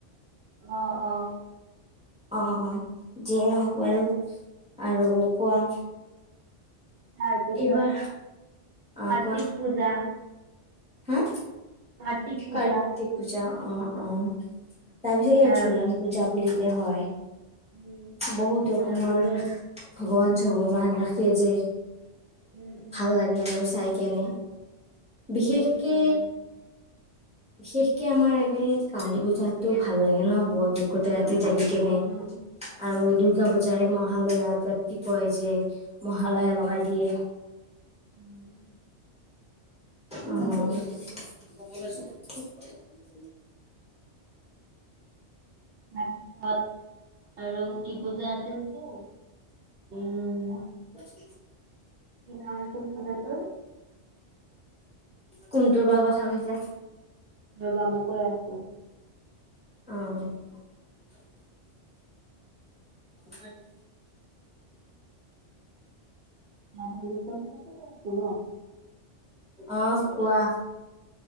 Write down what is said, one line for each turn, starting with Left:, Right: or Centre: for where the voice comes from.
Right: অ', অ'।
Centre: অ', অ', যিয়ে ন'হওক বাৰু আৰু কোৱা?
Right: তাৰপিছত
Centre: এইবাৰ অ',
Right: কাৰ্তিক
Centre: কোৱা
Right: পূজা
Centre: হা।
Right: কাৰ্তিক পূজা
Centre: কাৰ্তিক পূজা অ', অ। তাৰপিছত এয়া
Right: তাৰ
Centre: জোলান পূজা বুলি তে হয়।
Right: উম।
Centre: বহুত ৰকোমৰ
Right: তাৰপিছত
Centre: ভগৱান চগৱান ৰাখে যে।
Right: উম, উম।
Centre: ভাল লাগে আৰু চাই কেনে বিশেষকে
Right: বহুত ভাল লাগে মোৰ
Centre: বিশেষকে আমাৰ এই কালী পূজাতো হে ভাল লাগে ন'
Right: কালী
Centre: বৰত ৰাশি
Right: পূজাতো
Centre: গোট ৰাতি জাগি কেনে।
Right: অ',
Centre: আৰু দুৰ্গা পূজাৰে মহালয় আগত কি কৰে যে মহালয়ে
Right: উম,
Centre: লগাই দিয়ে।
Right: উম,
Centre: অ <inaudible>
Right: তাৰপিছত আৰু কি পূজা আছিল টো উম
Centre: <inaudible> <inaudible>
Right: কি নাম আছিল পূজাটোৰ
Centre: কোনটোৰ বা কথা কৈছা?
Right: ৰ'বা মই কৈ আছো।
Centre: অ <inaudible> কোন হৈ এইটো?
Right: কৰিছো ন'।
Centre: অ', কোৱা।